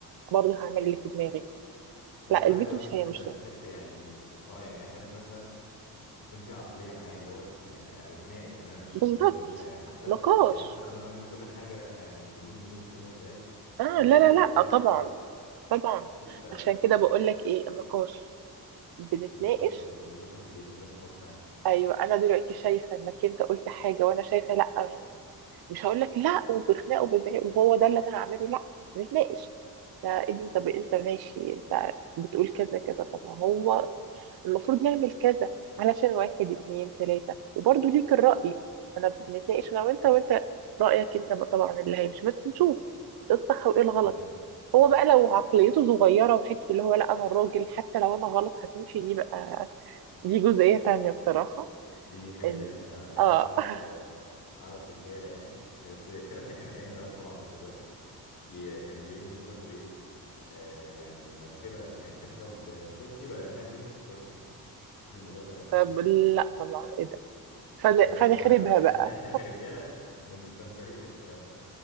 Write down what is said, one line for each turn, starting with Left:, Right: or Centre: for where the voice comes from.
Right: برضه هعمل اللي في دماغي
Left: وبرضه
Right: لا البيت
Left: عايز اقول
Right: مش
Left: لك ان
Right: هي
Left: احنا
Right: مش
Left: بنحب
Right: هي
Left: يعني اه يعني احب مثلا يكون في عقلية معايا اللي هو تت... يعني يعني نتناقش يعني انا مش
Right: بالظبط
Left: برضو مش ه... يعني حتى
Right: نقاش
Left: يعني حتى لو انا بعمل كل حاجة ح- يعني يمين يمين شمال شمال
Right: اه
Left: من غير
Right: لا
Left: اي
Right: لا لا
Left: أسئلة
Right: آه، طبعا
Left: من غير
Right: طبعا
Left: أكيد، آه،
Right: عشان كده بقول لك ايه النقاش بنتناقش
Left: بالظبط يعني اللي الواحد يحب النقاش فاهم
Right: ايوه انا دلوقتي شايفه انك انت قلت حاجه وانا شايفه لا يعني مش هقول لك لا وبخناق وبزعيق وهو ده اللي انا هعمله لا نتناقش لا انت طب انت ماشي انت بتقول كذا كذا طب ما هو المفروض نعمل كذا علشان واحد اتنين تلاتة وبرضه ليك الرأي انا بنتناقش انا وانت وانت رأيك انت بقى طبعا اللي هيمشي بس نشوف ايه الصح وايه الغلط
Left: مهم.
Right: هو بقى لو عقليته صغيرة وحتة اللي هو لا انا الراجل حتى لو انا غلط هتمشي دي بقى دي جزئية تانية بصراحة
Left: دي دي حاجة
Right: ان
Left: تانية يعني أنا فعلا
Right: اه
Left: أعرف
Right: <laughs>
Left: آه، أعرف رجالة يعني بس الكلام ده كان أيام زمان طبعا مش دلوقتي ي- كان بيقول لمراته إيه آه، يعني المركبة يعني تخرب بشورتي ولا إنها تمشي بشورتك شوفي الموضوع كان واصل
Right: طب
Left: لفين
Right: لا طبعا ايه ده فن...
Left: ده ده
Right: فنخربها
Left: طبعا هبل يعني
Right: بقى
Left: احنا احنا كرجاله من مستنكرين الكلام ده